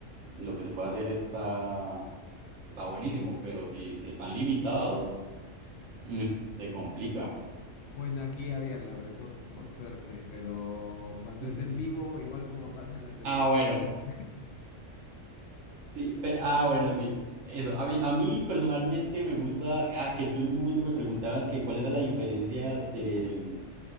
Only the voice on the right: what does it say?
lo que se puede hacer está, está buenísimo, pero si, si están limitados, mm, se complica.
<laughs>
Ah, bueno,
Sí, pero, ah, bueno, sí. Eso, a mí, a mí personalmente me gusta, ah, que tú en un momento me preguntabas que cuál era la diferencia de,